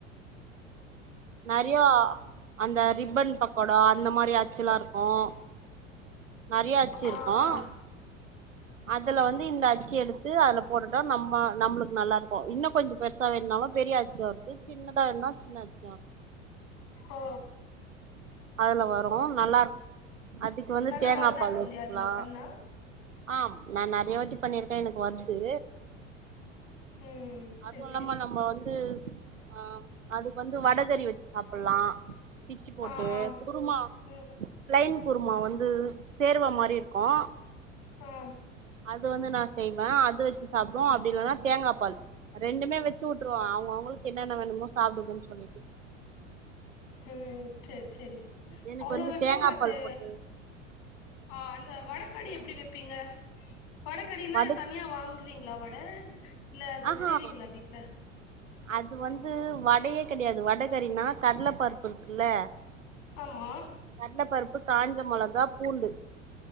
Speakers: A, on the right; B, on the left.
A: நெறையா அந்த ரிப்பன் பக்கோடா அந்த மாரி ஆச்சுல்லா இருக்கும் நறைய அச்சு
B: ஆ
A: இருக்கும்
B: ஆ
A: அதுல வந்து இந்த அச்சி எடுத்து அல போட்டுட்டா நம்ம நம்மளுக்கு நல்லா இருக்கும் இன்னு கொஞ்ச பெரு சா வேணாலு பெரிய அச்சும் இருக்கு சின்னதா வேனுன்னா சின்ன அச்சும்
B: ஆ
A: அதுல வரும் நல்லா இருக்கு அதுக்கு வந்து
B: நல்லா
A: தேங்கா
B: வருதா
A: பால்
B: தோழி
A: வச்சுக்கலா
B: அதுல பண்ணா
A: ஆம் நா நறைய வாட்டி பண்ணிருக்கே எனக்கு வருது
B: ம் சேரி
A: அதுவு இல்லாம
B: சேரி
A: நம்ம வந்து ஆ அதுக்கு வந்து வடகறி வச்சு சாப்பில்லா பிச்சு போட்
B: ஆ
A: ட்டு
B: ஆ
A: குருமா
B: ம்
A: பிளேன் குருமா வந்து சேர்வ மாரி இருக்கும்
B: ம்
A: அது வந்து நா செய்வே அது வச்சு சாப்புடுவோ அப்டி இல்லன்னா தேங்கா பால் ரெண்டுமே வச்சு வுட்ருவே அவங்க அவங்களுக்கு என்னென்ன வேணுமோ சாப்புடுங்கன்னு சொல்லிட்டு
B: ம் சேரி சேரி
A: எனக்கு
B: அவ்ளோ
A: வந்து
B: வைப்பீங்களா
A: தேங்கா பால்
B: தே
A: போட்டு
B: ஆ அந்த வடக்கறி எப்டி வைப்பீங்க வடக்கறினா
A: வட
B: தனியா வாங்க வாங்குவீங்களா வட இல்ல அது
A: ஆஹா
B: செய்வீங்களா வீட்ல
A: அது வந்து வடையே கெடையாது வடகறினா கடல பருப்பு இருக்குல்ல
B: ஆமா
A: கடலப்பருப்பு காஞ்ச மெளகா பூண்டு